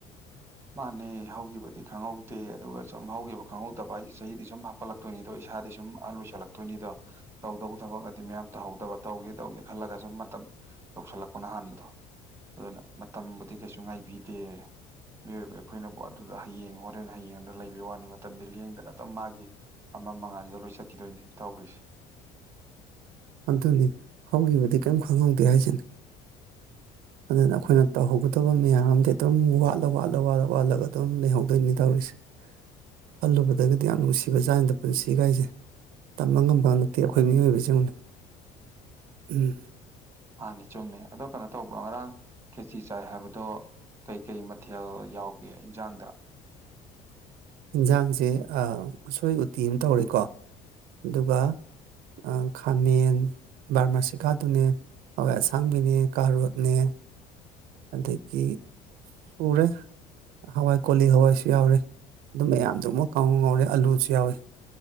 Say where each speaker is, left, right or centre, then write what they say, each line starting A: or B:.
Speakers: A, on the right; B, on the right.
A: ꯃꯥꯅꯦ ꯍꯧꯈꯤꯕꯗꯤ ꯈꯪꯍꯧ ꯗꯦ ꯑꯗꯨꯒ ꯁꯨꯝ ꯍꯧꯈꯤꯕ ꯈꯪꯍꯧꯗꯕ ꯍꯥꯏꯁꯦ ꯆꯍꯤꯗꯤ ꯁꯨꯝ ꯍꯥꯞꯀꯠꯂꯛꯇꯣꯏꯅꯤꯗꯣ ꯏꯁꯥꯗꯤ ꯁꯨꯝ ꯑꯍꯜ ꯑꯣꯏꯁꯜꯂꯛꯇꯣꯏꯅꯤꯗꯣ ꯍ ꯇꯧꯗꯧꯕ ꯊꯕꯛꯅꯗꯤ ꯃꯌꯥꯝ ꯇꯧꯍꯧꯗꯕ ꯇꯧꯒꯦ ꯇꯧꯒꯦ ꯈꯜꯂꯒ ꯁꯨꯝ ꯃꯇꯝ ꯌꯧꯁꯤꯜꯂꯛꯄ ꯍꯥꯟꯕꯗꯣ ꯑꯗꯨꯅ ꯃꯇꯝꯕꯨꯗꯤ ꯀꯩꯁꯨ ꯉꯥꯏꯕꯤꯗꯦ ꯃꯤꯑꯣꯏꯕ ꯑꯩꯈꯣꯏꯅꯕꯨ ꯑꯗꯨꯗ ꯍꯌꯦꯡ ꯍꯣꯔꯦꯟ ꯍꯌꯦꯡꯅ ꯂꯩꯕꯩ ꯋꯥꯅꯦ ꯃꯇꯝꯗꯤ ꯂꯦꯡꯗꯅ ꯑꯗꯨꯝ ꯃꯥꯒꯤ ꯍ ꯑꯝ ꯃ ꯃꯉꯥꯜꯒꯤꯗ ꯂꯣꯏ ꯆꯠꯈꯤꯗꯣꯏꯅꯦ ꯇꯧꯔꯤꯁꯦ
B: ꯑꯗꯨꯅꯤ ꯍꯧꯈꯤꯕꯗꯤ ꯀꯔꯤꯝ ꯈꯪꯍꯧꯗꯦ ꯍꯥꯏꯁꯤꯅꯤ ꯑꯗꯨꯅ ꯑꯈꯣꯏꯅ ꯇꯧꯍꯧꯒꯗꯕ ꯃꯌꯥꯝꯗꯤ ꯑꯗꯨꯝ ꯋꯥꯠꯂ ꯋꯥꯠꯂ ꯋꯥꯠꯂ ꯋꯥꯠꯂꯒ ꯑꯗꯨꯝ ꯂꯩꯍꯧꯗꯣꯏꯅꯤ ꯇꯧꯔꯤ <unintelligible> ꯈꯜꯂꯨꯕꯗꯒꯗꯤ ꯌꯥꯝ ꯅꯨꯡꯁꯤꯕꯖꯥꯠꯅꯤꯗ ꯄꯨꯟꯁꯤꯒꯥꯏꯁꯦ ꯇꯝꯕ ꯉꯝꯕ ꯅꯠꯇꯦ ꯑꯩꯈꯣꯏ ꯃꯤꯑꯣꯏꯕꯁꯦ ꯌꯦꯡꯎꯅꯦ ꯎ ꯎꯝ
A: ꯃꯥꯅꯦ ꯆꯨꯝꯃꯦ ꯑꯗꯣ ꯀꯩꯅꯣ ꯇꯧꯕ꯭ꯔꯣ ꯉꯔꯥꯡ ꯈꯦꯆꯤ ꯆꯥꯏ ꯍꯥꯏꯕ ꯗꯣ ꯀꯩ ꯀꯩ ꯃꯊꯦꯜ ꯌꯥꯎꯒꯦ ꯏꯟꯖꯥꯡꯗ
B: ꯏꯟꯖꯥꯡꯖꯦ ꯑꯥ ꯎꯁꯣꯏ ꯎꯇꯤ ꯑꯃ ꯇꯧꯔꯦꯀꯣ ꯑꯗꯨꯒ ꯑꯥ ꯈꯥꯃꯦꯟ ꯕꯔꯃꯥꯔꯁꯤꯀꯥꯗꯨꯅꯦ ꯍꯋꯥꯏ ꯑꯁꯥꯡꯕꯤꯅꯦ ꯀꯥꯔꯣꯠꯅꯦ ꯑꯗꯒꯤ ꯎꯔꯦ ꯍꯋꯥꯏ ꯀꯣꯂꯤ ꯍꯋꯥꯏꯁꯨ ꯌꯥꯎꯔꯦ ꯑꯗꯨ ꯃꯌꯥꯝꯗꯨ ꯃꯨꯛ ꯀꯥꯡꯍꯧ ꯉꯧꯔꯦ ꯑꯂꯨꯁꯨ ꯌꯥꯎꯋꯦ